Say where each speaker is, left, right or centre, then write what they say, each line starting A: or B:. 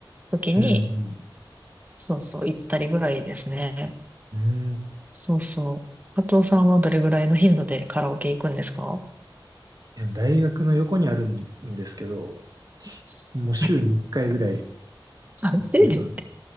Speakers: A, on the right; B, on the right.
A: 時に、
B: うん、うん。
A: そうそう、行ったりぐらいですね。
B: うん
A: そうそう。カツオさんはどれぐらいの頻度でカラオケ行くんですか
B: でも大学の横にあるんですけど、
A: <laughs>
B: もう週に1回ぐらい
A: 3で。
B: いるかな。